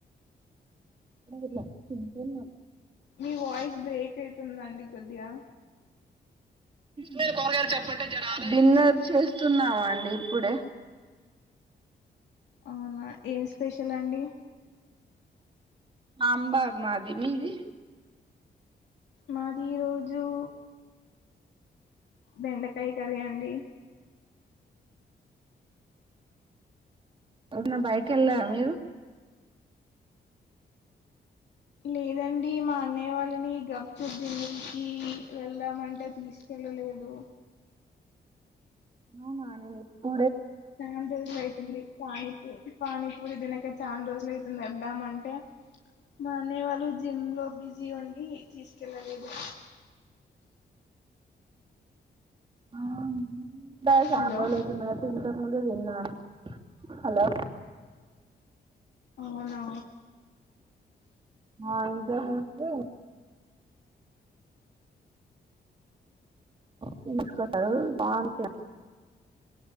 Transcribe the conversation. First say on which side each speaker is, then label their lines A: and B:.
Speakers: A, on the right; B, on the left.
A: అడ తింటన్నా
B: మీ వాయిస్ బ్రేక్ అవుతుందండి కొద్దిగా
A: మరు కొగారు చెప్పంట డిన్నర్ చేస్తున్నామ అండి కుడే
B: అవునా ఏమి స్పెషల్ అండి
A: సాంబార్ మాది మీది
B: మాది రోజు బెండకాయ కరీ అండి
A: ఎన్నా బయట వెళ్ళ మీరు
B: లేదండి మా అన్నయ్య వాళ్ళని గప్ చ దికి వెళ్దామంటే తీసుకెళ్ళలేదు
A: అవునా నపో
B: చా దోస అయితుంది పాని పానీపూరి తినక చాన్ రోజులు అయితేందిదామంటే మా అనేవాళ్ళు జిమ్ లో బిజీ ఉండి తీసుకెళ్ళలేదు
A: ఆ బా చాన్రోజులవుతుంది
B: హలో
A: కాటి అంతక్ ముందు తిన్నాను హలో
B: అవునా
A: ఆ ఇంకా ము తె తీసుకోతారు బాగుంటే